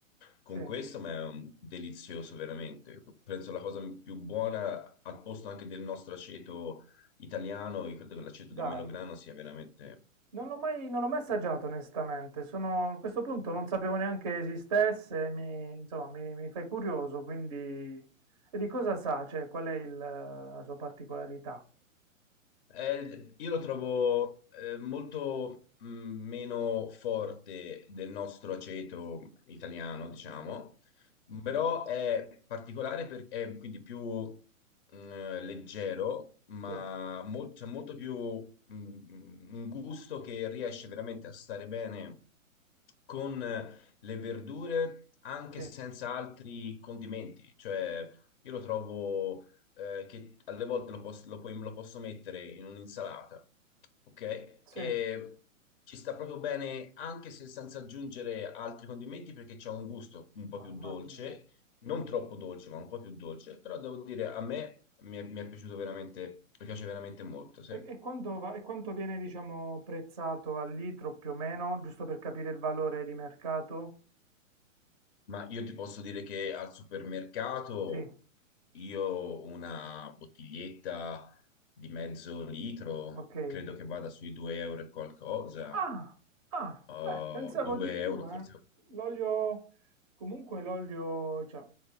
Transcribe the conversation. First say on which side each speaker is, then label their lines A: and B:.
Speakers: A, on the left (about 45°); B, on the right (about 25°).
A: con
B: Sì,
A: questo, ma è un- delizioso veramente. Penso la cosa più buona, al posto anche del nostro aceto italiano, io credo che l'aceto
B: dai.
A: di melograno sia veramente
B: Non l'ho mai, non l'ho mai assaggiato onestamente, sono, a questo punto non sapevo neanche esistesse, mi, insomma, mi, mi fai curioso, quindi... E di cosa sa? Cioè, qual è il, la sua particolarità?
A: Eh, io lo trovo eh, molto mh, meno forte del nostro aceto italiano, diciamo,
B: Mhm,
A: però è particolare perché è quindi più mh, leggero, ma
B: Sì.
A: mol- c'è molto più mh, un gusto che riesce veramente a stare bene con le verdure anche
B: Sì,
A: senza altri condimenti, cioè io lo trovo eh, che alle volte lo, pos- lo puoi- lo posso mettere in un'insalata, ok?
B: sì,
A: E ci sta proprio bene anche se senza aggiungere altri condimenti perché c'ha un gusto un po'
B: mamma
A: più dolce,
B: mia.
A: non Mm. troppo dolce, ma un po' più dolce, però devo dire a me mi è, mi è piaciuto veramente, mi piace veramente molto, sì.
B: E, e quanto va- e quanto viene, diciamo, prezzato al litro più o meno, giusto per capire il valore di mercato?
A: Ma io ti posso dire che al supermercato
B: Sì,
A: io una bottiglietta di mezzo litro
B: ok.
A: credo che vada sui 2 euro e qualcosa.
B: Ah, ah,
A: Uh,
B: beh, pensavo
A: 2
B: di
A: euro,
B: più,
A: forse.
B: eh. L'olio, comunque l'olio, cioè,